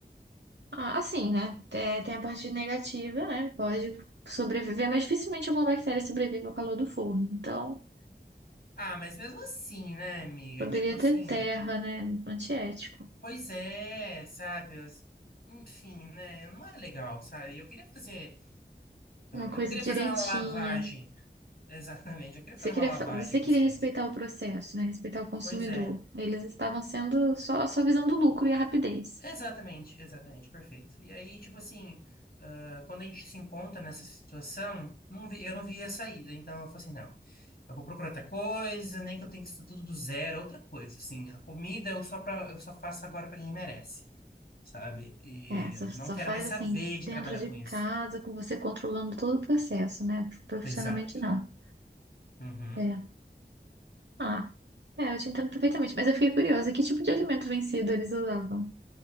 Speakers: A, on the right; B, on the left.
A: Ah, assim, né? Te- Tem a parte negativa, né? Pode sobreviver, mas dificilmente alguma bactéria sobrevive ao calor do forno. Então,
B: Ah, mas mesmo assim, né, amiga?
A: poderia
B: Tipo assim,
A: ter terra, né? Antiético.
B: pois é, sabe? As- Enfim, né? Não é legal, sabe? Eu queria fazer.
A: Uma coisa
B: Eu não queria
A: direitinha.
B: fazer uma lavagem. Exatamente, eu queria
A: Você
B: fazer
A: queria,
B: uma lavagem
A: fa- você queria
B: para os cães.
A: respeitar o processo, né? Respeitar o consumidor.
B: Pois é,
A: Eles estavam sendo só, só visando o lucro e a rapidez.
B: exatamente, exatamente, perfeito. E aí, tipo assim, ah, quando a gente se encontra nessa situação, não vi- eu não via saída, então eu falei assim, não, eu vou procurar outra coisa, nem que eu tenha que estar tudo do zero, é outra coisa, assim, a comida eu só, pra, eu só faço agora para quem merece, sabe? E
A: É, só, só
B: não quero
A: faz
B: mais
A: assim,
B: saber de
A: dentro
B: trabalhar
A: de
B: com isso.
A: casa, com você controlando todo o processo, né? Profissionalmente,
B: Exato.
A: não.
B: Uhum.
A: É. Ah, é, eu te entendo perfeitamente. Mas eu fiquei curiosa, que tipo de alimento vencido eles usavam?